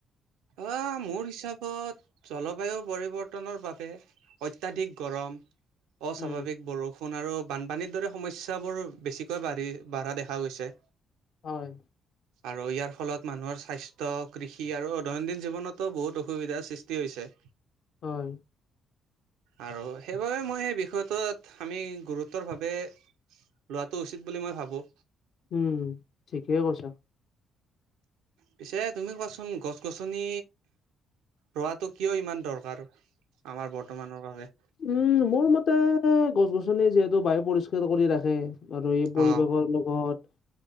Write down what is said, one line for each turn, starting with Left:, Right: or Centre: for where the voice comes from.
Right: অ মোৰ হিচাপত জলবায়ু পৰিৱৰ্তনৰ বাবে অত্যাধিক গৰম অস্বাভাৱিক
Left: উম
Right: বৰষুণ ষুণ আৰু বানপানীৰ দৰে সমস্যাবোৰ বেছিকৈ বাঢ়ি বাঢ়া দেখা গৈছে
Left: হয়
Right: আৰু ইয়াৰ ফলত মানুহৰ স্বাস্থ্য কৃষি আৰু দৈনন্দিন জীৱনতো বহুত অসুবিধাৰ সৃষ্টি হৈছে
Left: হয়
Right: আৰু সেইবাবে মই সেই বিষয়টোত আমি গুৰুত্বৰভাৱে লোৱাটো উচিত বুলি মই ভাবোঁ
Left: উম ঠিকে কৈছা
Right: পিছে তুমি কোৱাচোন গছ গছনি ৰোৱাটো কিয় ইমান দৰকাৰ আমাৰ বৰ্তমানৰ বাবে
Left: উম মোৰ মতে গছ গছনি যিহেতু বায়ু পৰিষ্কাৰ কৰি ৰাখে আৰু এই পৰিৱেশৰ
Right: অ
Left: লগত